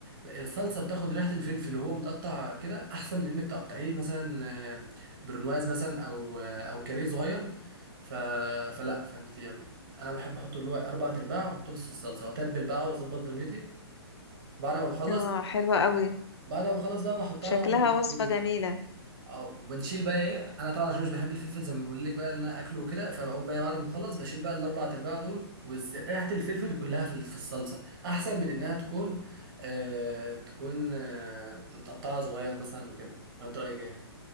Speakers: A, on the right; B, on the left.
A: الصلصه بتاخد ريحه الفلفل وهو متقطع كده احسن من انك تقطعيه مثلا آه، برونواز مثلا او آه، او كاريه صغير ف... فلا فانت يعني انا بحب احطه اللي هو اربع ارباع واحطه في وسط الصلصه واتبل بقى واظبط دنيتي بعد ما بخلص
B: اه حلوه قوي
A: بعد ما خلاص بقى بحطها
B: شكلها
A: على الميكرويف
B: وصفه جميله
A: او بنشيل بقى ايه انا طبعا عشان مش بحب الفلفل زي ما بقول لك بقى ان انا اكله كده فبقوم بقى بعد ما اخلص بشيل بقى الاربع ارباع دول وبس ريحه الفلفل كلها في ال- في الصلصه احسن من انها تكون آه تكون آه متقطعه صغير مثلا وكده انت رايك ايه